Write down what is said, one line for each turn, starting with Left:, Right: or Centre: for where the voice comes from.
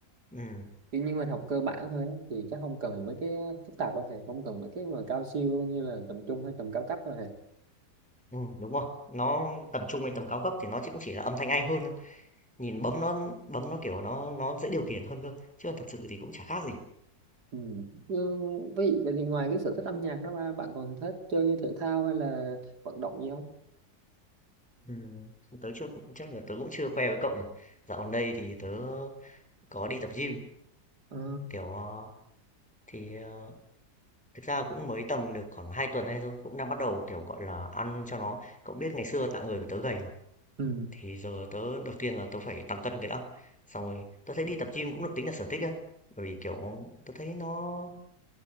Centre: ừ,
Right: kiểu như mình học cơ bản thôi á, thì chắc không cần mấy cái phức tạp đâu thầy không cần mấy cái mà cao siêu như là tầm trung hay tầm cao cấp đâu thầy
Centre: ừ, đúng rồi. Nó tầm trung hay tầm cao cấp thì nó chỉ cũng chỉ là âm thanh hay hơn thôi. Nhìn bấm nó bấm nó kiểu nó nó dễ điều khiển hơn cơ. Chứ còn thật sự thì cũng chả khác gì.
Right: Ừ. Nhưng vậy vậy thì ngoài cái sở thích âm nhạc đó ba bạn còn thích chơi thể thao hay là vận động gì không?
Centre: Ừ, tớ chưa chắc là tớ cũng chưa khoe với cậu nhỉ. Dạo gần đây thì tớ có đi tập gym
Right: Ờ,
Centre: kiểu ờ, thì ờ, Thực ra cũng mới tầm được khoảng 2 tuần nay thôi, cũng đang bắt đầu, kiểu, gọi là, ăn cho nó cậu biết ngày xưa tạng người của tớ gầy mà,
Right: ừ,
Centre: thì giờ tớ đầu tiên là tớ phải tăng cân cái đã, xong rồi tớ thấy đi tập gym cũng được tính là sở thích á, bởi vì, kiểu, tớ thấy nó,